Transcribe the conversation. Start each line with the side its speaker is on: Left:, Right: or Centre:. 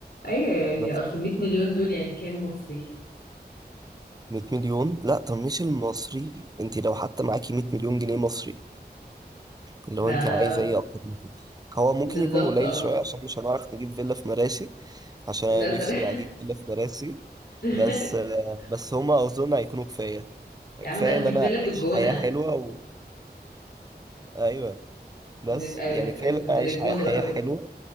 Left: أيوة يعني
Right: بس
Left: أصل 100 مليون دول يعني كام مصري
Right: 100 مليون لا طب مش المصري انت لو حتى معاكي 100 مليون جنيه مصري لو
Left: ما
Right: انت عايزه ايه اكتر من كده هو ممكن
Left: بالظبط
Right: يكون قليل
Left: اه
Right: شويه عشان مش هنعرف نجيب فيلا في مراسي عشان انا
Left: مثلا
Right: نفسي اجيب فيلا في مراسي
Left: <laughs>
Right: بس بس هما اظن هيكونوا كفايه
Left: يا عم
Right: كفايه
Left: بقى نجيب
Right: ان انا
Left: فيلا في
Right: اعيش
Left: الجونة
Right: حياه حلوه و... ايوه بس
Left: نبقى
Right: يعني كفايه ان انا
Left: من
Right: اعيش
Left: الجونة
Right: حياه حياة
Left: بقى وكده
Right: حلوه